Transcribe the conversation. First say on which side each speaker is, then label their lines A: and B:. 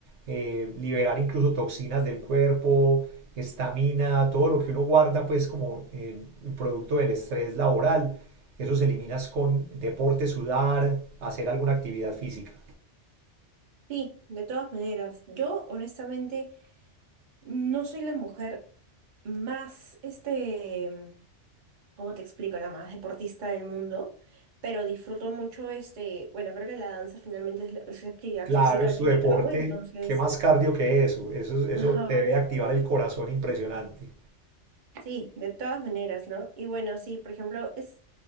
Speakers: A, on the right; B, on the right.
A: eh, liberar incluso toxinas del cuerpo, estamina, todo lo que uno guarda pues como eh, producto del estrés laboral esos eliminas con deporte, sudar, hacer alguna actividad física.
B: Sí, de todas maneras, yo honestamente no soy la mujer más, este, ¿Cómo te explico? La más deportista del mundo, pero disfruto mucho este, bueno, creo que la danza finalmente es, la- es actividad
A: Claro,
B: física
A: es
B: al fin
A: tu deporte.
B: y al cabo, entonces,
A: ¿Qué más cardio que eso? Eso, eso
B: ajá,
A: te debe activar el corazón impresionante.
B: Sí, de todas maneras, ¿no? Y bueno, sí, por ejemplo, es,